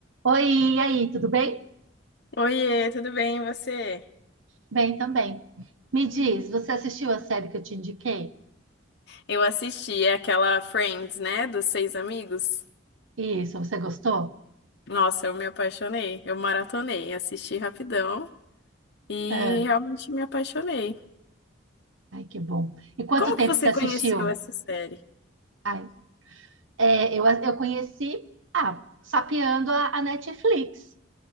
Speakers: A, on the right (about 75°); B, on the left (about 55°).
A: Oi, e aí, tudo bem?
B: Oiê, tudo bem, e você?
A: Bem também. Me diz,
B: Hum.
A: você assistiu a série que eu te indiquei?
B: Eu assisti aquela Friends, né, dos seis amigos.
A: Isso, você gostou?
B: Nossa, eu me apaixonei, eu maratonei, assisti rapidão e
A: É.
B: realmente me apaixonei.
A: Ai, que bom. E quanto
B: Como
A: tempo
B: que você
A: você assistiu?
B: conheceu essa série?
A: Ai, é, eu, eu conheci, ah, sapeando a, a Netflix.